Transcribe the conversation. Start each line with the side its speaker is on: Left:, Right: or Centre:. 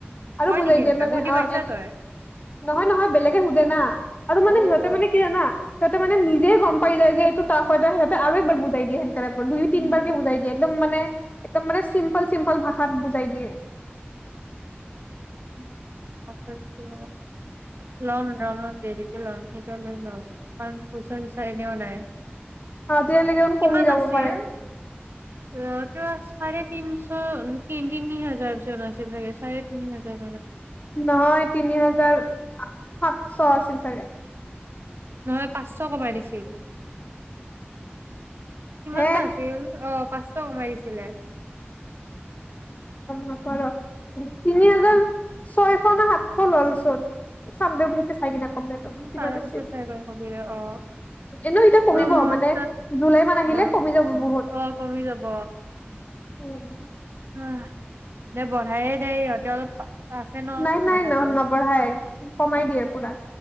Left: আৰু
Right: কয়
Left: বুজাই
Right: নেকি
Left: দিয়ে
Right: এনেকা
Left: মানে
Right: সুধি
Left: অ
Right: পাইছা
Left: ',
Right: তই
Left: নহয়- নহয় বেলেগে সোধে না আৰু মানে
Right: অ
Left: সিহঁতে
Right: অ
Left: মানে কি জানা, সিহঁ তাৰ মানে নিজে গম পাই যায় যে এইটো তাৰহৈতে সিহঁতে আৰু একবাৰ বুজাই দিয়ে সেইটোকাৰণে, দুই-
Right: উম
Left: তিন বাৰ কে বুজাই দিয়ে একদম মানে, একদম মানে চিম্পল - চিম্পল, সৰল ভাষাত বুজাই দিয়ে।
Right: <unintelligible> কিহত লম লম অলপ দেৰি, - লম এতিয়া নাই ন কাৰন পইচা বিচাৰিলেও নাই।
Left: অ', তেতিয়লে একদম
Right: কিমান
Left: কমি যাব
Right: আছিল
Left: পাৰে।
Right: অ', কা চাৰেতিনচ <unintelligible> তিন-তিনি হাজাৰ <unintelligible> চাৰে তিনি হাজা
Left: নহয়, তিনি হাজাৰ সাতচ আছিল চাগে।
Right: নহয়, পাঁচশ কমাই দিছিল। কিমান
Left: হে
Right: বা আছিল অ' পাঁচশ কমাই দিছিলে।
Left: নকৰ তিনি হাজাৰ, ছয়শ নে সাতশ ললচোন চাম দেবি হঁতে চাই কিনা কিমান
Right: তাৰ
Left: আছিল।
Right: পিছত চাই কৰি কবি দে অ
Left: এনেও এতিয়া
Right: কিবা
Left: কমিব
Right: মোৰ
Left: মানে
Right: তাত
Left: জুলাই মান আহিলে
Right: অ
Left: কমি যাব বহুত।
Right: অ কমি যাব
Left: <unintelligible>
Right: অ', দে বঢ়াইয়ে দে ইহঁতে অলপ আছে ন
Left: নাই, নাই,
Right: মাথাটো
Left: নাই নবঢ়াই কমাই দিয়ে পুৰা।